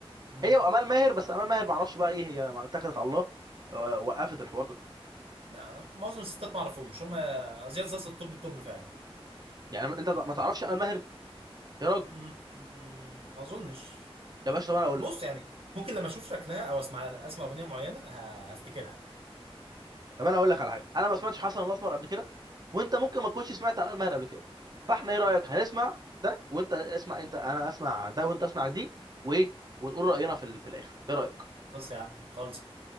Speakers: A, on the right (about 70°); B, on the right (about 40°).
A: امم
B: هي وامال ماهر بس امال ماهر ما اعرفش بقى ايه هي ما اتكلت على الله و- وقفت الحوار ده
A: لا، معظم الستات ما اعرفهم مش هم زياد زازا الطب الطب فعلا
B: يعني انت ما تعرفش امال ماهر يا راجل
A: مم، ما اظنش
B: يا باشا طب انا اقول
A: بص
B: لك
A: يعني ممكن لما اشوف شكلها او اسمع اسمع اغنيه معينه ه- هفتكرها
B: طب انا اقول لك على حاجه انا ما سمعتش حسن الاسمر قبل كده وانت ممكن ما تكونش سمعت عن الماهر قبل كده فاحنا ايه رايك هنسمع ده وانت اسمع انت انا اسمع ده وانت اسمع دي وايه ونقول راينا في ال- في الاخر ايه رايك
A: بص يا عم خلص